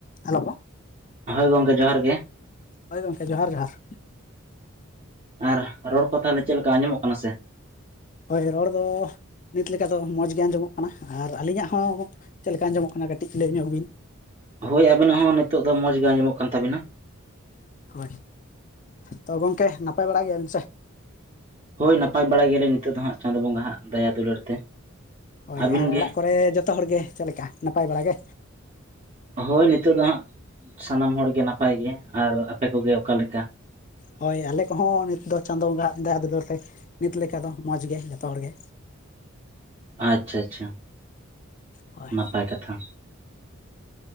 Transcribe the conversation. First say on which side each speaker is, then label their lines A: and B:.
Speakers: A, on the left (about 35°); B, on the right (about 30°).
A: Hello
B: ᱦᱳᱭ ᱜᱚᱝᱠᱮ ᱡᱚᱦᱟᱨ ᱜᱮ᱾
A: ᱦᱚᱳᱭ ᱜᱚᱢᱠᱮ ᱡᱚᱦᱟᱨ ᱡᱚᱦᱟᱨ᱾
B: ᱟᱨ ᱨᱚᱲ ᱠᱚ ᱛᱟᱦᱚᱞᱮ ᱪᱮᱫ ᱞᱮᱠᱟ ᱟᱸᱡᱚᱢᱚᱜ ᱠᱟᱱᱟ ᱥᱮ?
A: ᱦᱳᱭ ᱨᱚᱲ ᱫᱚ ᱱᱤᱛ ᱞᱮᱠᱟ ᱫᱚ ᱢᱚᱡᱽ ᱜᱮ ᱟᱸᱡᱚᱢᱚᱜ ᱠᱟᱱᱟ, ᱟᱨ ᱟᱹᱞᱤᱧᱟᱜ ᱦᱚᱸ ᱪᱮᱫ ᱞᱮᱠᱟ ᱟᱸᱡᱚᱢᱚᱜ ᱠᱟᱱᱟ ᱠᱟᱹᱴᱤᱡ ᱞᱟᱹᱭ ᱧᱚᱜ ᱵᱤᱱ?
B: ᱦᱳᱭ ᱟᱵᱤᱱᱟᱜ ᱦᱚᱸ ᱱᱤᱛᱚᱜ ᱫᱚ ᱢᱚᱸᱡᱽ ᱜᱮ ᱟᱸᱢᱚᱜ ᱠᱟᱱ ᱛᱟᱵᱮᱱᱟ᱾
A: ᱦᱳᱭ ᱛᱚ ᱜᱚᱢᱠᱮ ᱱᱟᱯᱟᱭ ᱵᱟᱲᱟ ᱜᱮᱭᱟᱵᱤᱱ ᱥᱮ?
B: ᱦᱳᱭ ᱱᱟᱯᱟᱭ ᱵᱟᱲᱟᱭ ᱜᱮᱭᱟᱞᱤᱧ ᱱᱤᱛᱚᱜ ᱫᱚ ᱦᱟᱸᱜ ᱪᱟᱸᱫ ᱵᱚᱸᱜᱟ ᱦᱟᱜ ᱫᱟᱭᱟ ᱫᱩᱞᱟᱹᱲ ᱛᱮ᱾
A: ᱦᱳᱭ
B: ᱟᱹᱵᱤᱱ
A: ᱟᱨ
B: ᱜᱮ
A: ᱚᱲᱟᱜ ᱠᱚᱨᱮ ᱡᱚᱛᱚ ᱦᱚᱲᱜᱮ ᱪᱮᱫ ᱞᱮᱠᱟ ᱱᱟᱯᱟᱭ ᱵᱟᱲᱟ ᱜᱮ?
B: ᱦᱳᱭ ᱱᱤᱛᱳᱜ ᱫᱚ ᱦᱟᱸᱜ ᱥᱟᱱᱟᱢ ᱦᱚᱲᱜᱮ ᱱᱟᱯᱟᱭ ᱜᱮ, ᱟᱨ ᱟᱯᱮ ᱠᱚᱜᱮ ᱚᱠᱟᱞᱮᱠᱟ?
A: ᱦᱳᱭ ᱟᱞᱮ ᱠᱚᱦᱚᱸ ᱱᱤᱛ ᱫᱚ ᱪᱟᱸᱫᱳ ᱵᱚᱸᱜᱟ ᱫᱟᱭᱟ ᱫᱩᱞᱟᱹᱲ ᱛᱮ ᱱᱤᱛ ᱞᱮᱠᱟ ᱫᱚ ᱢᱚᱡᱽ ᱜᱮ ᱡᱚᱛᱚ ᱦᱚᱲᱜᱮ᱾
B: ᱟᱪᱪᱷᱟ ᱟᱪᱪᱷᱟ
A: ᱦᱳᱭ
B: ᱱᱟᱯᱟᱭ ᱠᱟᱛᱷᱟ,